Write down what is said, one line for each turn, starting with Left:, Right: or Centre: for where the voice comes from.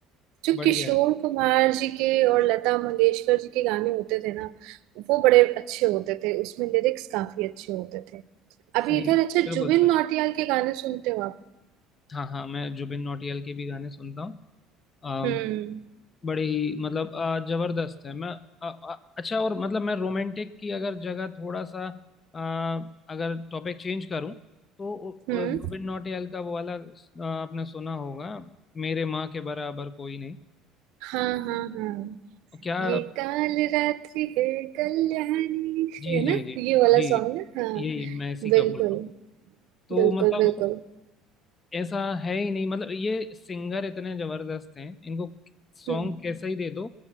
Right: जो
Left: बढ़िया
Right: किशोर
Left: है
Right: कुमार जी के और लता मंगेशकर जी के गाने होते थे ना वो बड़े अच्छे होते थे उसमें लिरिक्स काफी अच्छे होते थे अभी
Left: सही
Right: इधर अच्छा
Left: बिल्कुल
Right: जुबिन
Left: सच
Right: नौटियाल के गाने सुनते हो आप
Left: हाँ हाँ मैं जुबिन नौटियाल के भी गाने सुनता हूँ अम,
Right: हम्म
Left: बड़े ही मतलब अ, जबरदस्त है मैं अ, अ, अच्छा और मतलब मैं रोमांटिक की अगर जगह थोड़ा सा अ, अगर टॉपिक चेंज करूँ तो उ-
Right: हम्म
Left: उ- जुबिन नौटियाल का वो वाला अ, आपने सुना होगा मेरे माँ के बराबर कोई नहीं
Right: हाँ हाँ हाँ
Left: क्या
Right: ये काल रात्रि है कल्याणी
Left: जी
Right: है
Left: जी
Right: ना
Left: जी
Right: ये वाला
Left: जी
Right: सॉन्ग है हाँ
Left: यही मैं इसी का
Right: बिल्कुल
Left: बोल रहा हूँ तो
Right: बिल्कुल
Left: मतलब
Right: बिल्कुल
Left: ऐसा है ही नहीं मतलब ये सिंगर इतने जबरदस्त हैं इनको सॉन्ग
Right: हम्म
Left: कैसा ही दे दो